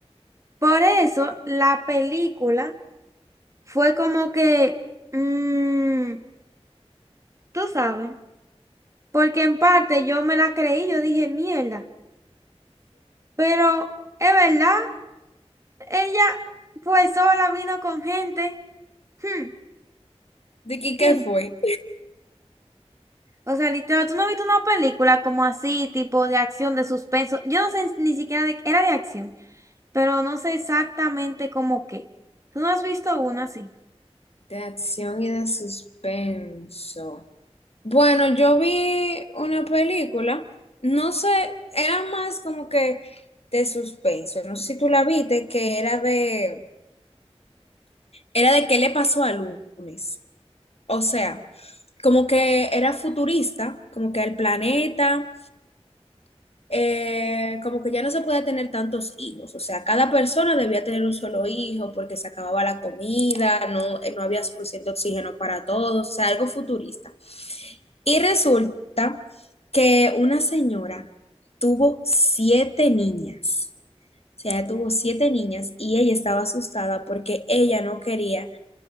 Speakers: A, on the right (about 25°); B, on the left (about 65°).
A: Por eso la película. fue como que, mm, tú sabes, porque en parte yo me la creí, yo dije, mierda, pero es verdad, ella fue sola, vino con gente. Hmm.
B: ¿De qué, qué
A: Bien.
B: fue?
A: O sea, literal, tú no has visto una película como así, tipo de acción, de suspenso. Yo no sé ni siquiera de, era de acción, pero no sé exactamente cómo qué. Tú no has visto una así.
B: De acción y de suspenso. Bueno, yo vi una película, no sé, era más como que de suspenso, no sé si tú la viste, que era de, era de qué le pasó a Lunes. O sea, como que era futurista, como que el planeta eh, como que ya no se podía tener tantos hijos, o sea, cada persona debía tener un solo hijo porque se acababa la comida, no, eh, no había suficiente oxígeno para todos, o sea, algo futurista. Y resulta que una señora tuvo siete niñas, o sea, ella tuvo siete niñas y ella estaba asustada porque ella no quería